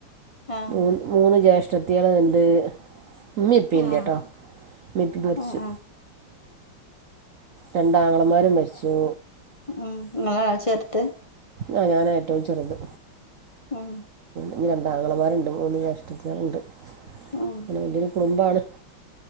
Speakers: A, on the left; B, on the right.
A: ആഹ്
B: മൂ മൂന്ന് ജ്യേഷ്ഠതിയേള്ണ്ട് മ്മിംപ്പില്ലട്ടോ
A: ആഹ്
B: മ്മിംപ്പിം മരിച്ചു
A: ആഹ് ആഹ്
B: രണ്ടാങ്ങളമാരും മരിച്ചു
A: ഉം ഇങ്ങളാ ചേർത്
B: ആ ഞാന ഏറ്റവും ചെറുത്
A: ഉം
B: ഇനി രണ്ടാങ്ങളമാരുണ്ട് മൂന്ന് ജേഷ്ടത്തിയാളുണ്ട് അങ്ങനെ
A: ഉം
B: വലിയൊരു കുടുംബാണ്